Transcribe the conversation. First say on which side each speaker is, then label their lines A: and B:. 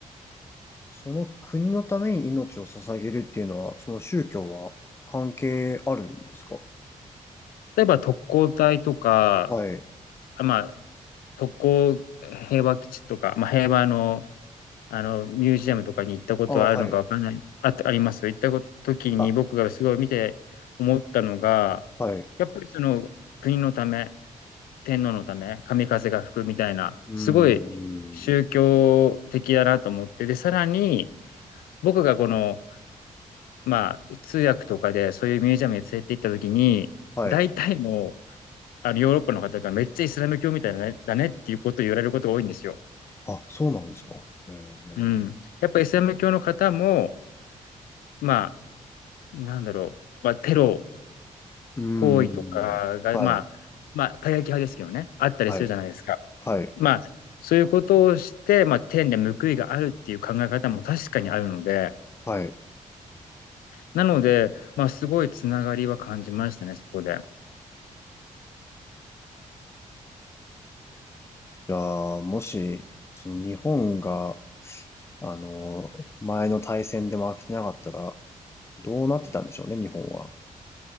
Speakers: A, on the left; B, on the left.
A: その国のために命を捧げるっていうのは、その宗教は関係あるんですか
B: 例えば特攻隊とか、
A: はい。
B: あまあ、特攻平和基地とか、まあ、平和の、あのミュージアムとかに行ったことはあるのかわかんない、
A: あ、はい。
B: あ、あります行ったこ時に僕がすごい見て思ったのが、
A: あ、はい。う
B: やっぱりその国のため、天皇のため、神風が吹くみたいな、
A: ーん。
B: すごい宗教的だなと思って、で、さらに、僕がこの、まあ、通訳とかでそういうミュージアムに連れて行った時に、
A: はい。
B: 大体の、あのヨーロッパの方がめっちゃイスラム教みたいだねだねっていうことを言われることが多いんですよ。
A: あ、そうなんですか。えー
B: うん。やっぱイスラム教の方も、まあ、なんだろう、まあ、テロ
A: うー
B: 行為とかが、
A: ん。はい。
B: まあ、まあ、過激派ですけどね、あったりするじゃないですか。
A: はい。はい。
B: まあ、そういうことをして、まあ、天で報いがあるっていう考え方も確かにあるので、
A: はい。
B: なので、まあ、すごいつながりは感じましたね、そこで。
A: じゃあ、もし、その日本が、あの、前の大戦で負けてなかったら、どうなってたんでしょうね、日本は。